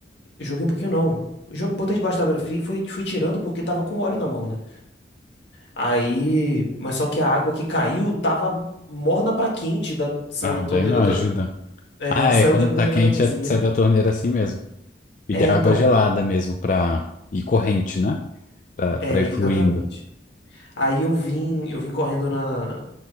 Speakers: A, on the left; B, on the left.
A: Joguei um pouquinho, não. Jo- Botei debaixo da água fria e fui, fui tirando porque tava com óleo na mão, né? Aí. Mas só que a água que caiu tava morna pra quente, da... saiu
B: Ah,
A: da torneira
B: daí não ajuda.
A: da. É,
B: Ah,
A: saiu
B: é quando
A: da torneira
B: tá quente,
A: da cozinha.
B: é- sai da torneira assim mesmo. E
A: É,
B: de água
A: então.
B: gelada mesmo pra ir corrente, né? Pra,
A: É,
B: pra ir
A: exatamente.
B: fluindo.
A: Aí eu vim, eu vim correndo na